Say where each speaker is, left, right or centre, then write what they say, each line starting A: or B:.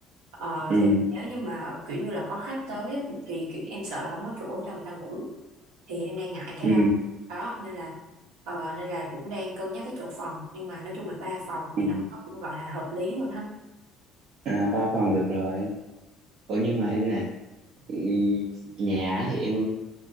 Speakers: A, on the right; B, on the right.
A: Ờ,
B: Ừ.
A: thì nếu như mà kiểu như là có khách tới á, thì kiểu em sợ là không có chỗ cho người ta ngủ thì em đang ngại cái
B: Ừ.
A: đó. Đó nên là ờ, nên là cũng đang cân nhắc cái chỗ phòng nhưng mà nói chung là ba phòng
B: Ừ.
A: thì nó, nó cũng gọi là hợp lý rồi ha.
B: À, ba phòng được rồi. Ủa nhưng mà em nè, ừ, nhà á thì em